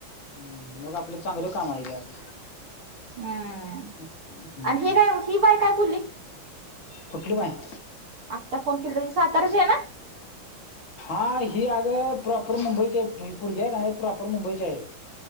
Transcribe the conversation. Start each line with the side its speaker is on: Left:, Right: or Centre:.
Left: हं मग आपलं चांगलं काम आहे गे आज.
Right: हम्म
Left: हं हूं...
Right: आणि ही काय ही बाय काय बोलली
Left: कुठली बाय?
Right: आत्ता फोन केलता ती साताराची आहे ना?
Left: हा, ही अगं प्रॉपर मुंबईची आहे, ही पुरगी हाय नाई प्रॉपर मुंबईची आहे.